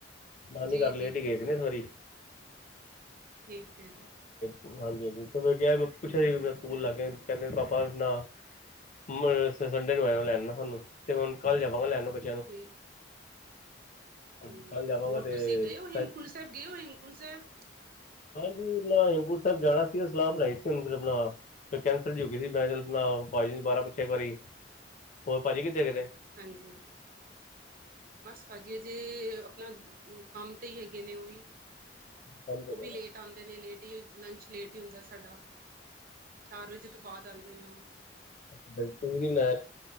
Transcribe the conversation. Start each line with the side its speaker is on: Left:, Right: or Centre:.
Left: ਨਾਨੀ
Right: ਜੀ-ਜੀ,
Left: ਘਰ ਲੇਟ
Right: ਜੀ-ਜੀ
Left: ਹੀ ਗਏ ਸੀ ਨਾ ਇਸ ਵਾਰੀ
Right: ਠੀਕ ਹੈ।
Left: ਹਾਂਜੀ-ਹਾਂਜੀ ਤੇ ਫਿਰ ਕਿਹਾ ਸੀ ਮੈਂ, ਪੁੱਛਿਆ
Right: ਹਮ
Left: ਸੀ ਵੀ ਮੈਂ। ਸਕੂਲ ਲੱਗੇ ਨੇ। ਕਹਿੰਦੇ ਨੇ ਪਾਪਾ ਨਾ ਮੈਂ ਸ ਸੰਡੇ ਨੂੰ ਆ ਜਾਓ ਲੈਣ ਸਾਨੂੰ। ਤੇ ਹੁਣ ਕੱਲ ਜਾਵਾਂਗਾ, ਲੈਣ ਨੂੰ ਬੱਚ
Right: ਠੀਕ।
Left: ਹਾਂਜੀ
Right: ਹਮ,
Left: ਕੱਲ ਜਾਵਾਂਗਾ
Right: ਹੋਰ
Left: ਤੇ
Right: ਤੁਸੀਂ ਗਏ
Left: ਸ਼ਾਇਦ
Right: ਹੋ ਹੇਮਕੁੰਟ ਸਾਹਿਬ, ਗਏ ਹੋ ਹੇਮਕੁੰਟ ਸਾਹਿਬ?
Left: ਹਾਂਜੀ, ਆਪਣਾ ਹੇਮਕੁੰਟ ਸਾਹਿਬ ਜਾਣਾ ਸੀ, ਅਸੀਂ ਸਲਾਹ ਬਣਾਈ ਸੀ। ਹੁਣ ਫਿਰ ਆਪਣਾ ਫਿਰ ਕੈਂਸਲ ਜੀ ਹੋਗੀ ਸੀ। ਮੈਂ ਚੱਲ ਆਪਣਾ ਪਾਜੀ ਨੂੰ ਦੁਬਾਰਾ ਪੁੱਛਿਆ ਇੱਕ ਵਾਰੀ ਪਾਜੀ, ਕਿੱਥੇ ਗਏ ਦੇ?
Right: ਹਾਂਜੀ। ਬੱਸ, ਭਾਜੀ ਅਜੇ ਆਪਣਾ ਕੰਮ ਤੇ ਹੀ ਹੈਗੇ ਨੇ ਉਹ ਵੀ
Left: ਕੰਮ ਤੇ
Right: ਉਹ
Left: ਗਏ
Right: ਵੀ ਲੇਟ ਆਉਂਦੇ ਨੇ, ਲੇਟ ਹੀ ਲੰਚ, ਲੇਟ ਹੀ ਹੁੰਦਾ ਸਾਡਾ। ਚਾਰ ਵਜੇ ਤੋਂ ਬਾਅਦ ਆਉਂਦੇ ਨੇ, ਉਹ।
Left: ਫੇਰ, ਤੁਸੀਂ ਵੀ ਮੈਚ